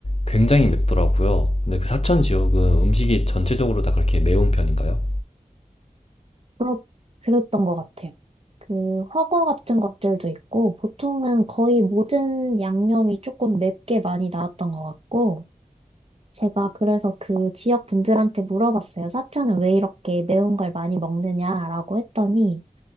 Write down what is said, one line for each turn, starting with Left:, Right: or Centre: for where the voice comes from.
Left: 굉장히 맵더라고요. 근데 그 사천 지역은 음식이 전체적으로 다 그렇게 매운 편인가요?
Right: 그렇, 그랬던 것 같아요. 그 훠궈 같은 것들도 있고 보통은 거의 모든 양념이 조금 맵게 많이 나왔던 것 같고 제가 그래서 그 지역 분들한테 물어봤어요. 사천은 왜 이렇게 매운 걸 많이 먹느냐라고 했더니